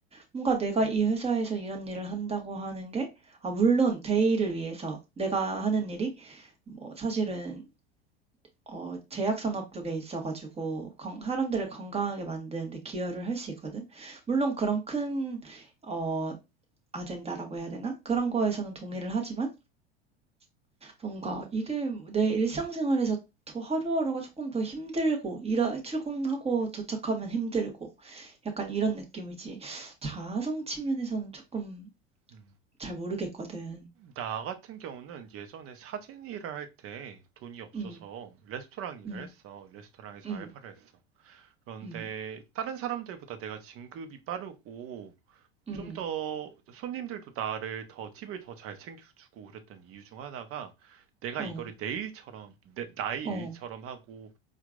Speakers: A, on the right; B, on the right.
A: 뭔가 내가 이 회사에서 이런 일을 한다고 하는 게 아, 물론 대의를 위해서 내가 하는 일이 뭐 사실은 어, 제약산업 쪽에 있어가지고 건- 사람들을 건강하게 만드는 데 기여를 할 수 있거든. 물론 그런 큰 어, 아젠다라고 해야 되나? 그런 거에서는 동의를 하지만 뭔가 이게 내 일상생활에서 더 하루하루가 조금 더 힘들고 일하 출근하고 도착하면 힘들고 약간 이런 느낌이지 자아성 측면에서는 조금
B: 음.
A: 잘 모르겠거든.
B: 나 같은 경우는 예전에 사진 일을 할 때 돈이 없어서
A: 음.
B: 레스토랑 일을
A: 음.
B: 했어. 레스토랑에서
A: 음.
B: 알바를 했어. 그런데
A: 음.
B: 다른 사람들보다 내가 진급이 빠르고
A: 음.
B: 좀 더 손님들도 나를 더 팁을 더 잘 챙겨주고 그랬던 이유 중 하나가 내가
A: 어.
B: 이거를 내 일처럼, 내, 나의
A: 어.
B: 일처럼 하고